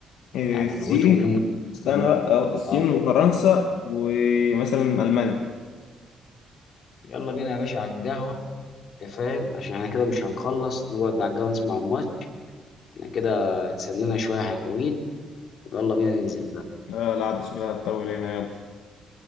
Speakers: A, on the left; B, on the left.
A: آه
B: يعني
A: الصين
B: لغتهم لهم
A: استنى
B: عربي
A: بقى، آه، الصين
B: اه
A: وفرنسا ومثلا المانيا
B: يلا بينا يا باشا على القهوه انت فاهم عشان احنا كده مش هنخلص نقعد على القهوه نسمع الماتش احنا كده اتسلينا شويه حلوين يلا بينا ننزل بقى
A: لا لا عاد شكلها هتطول هنا يلا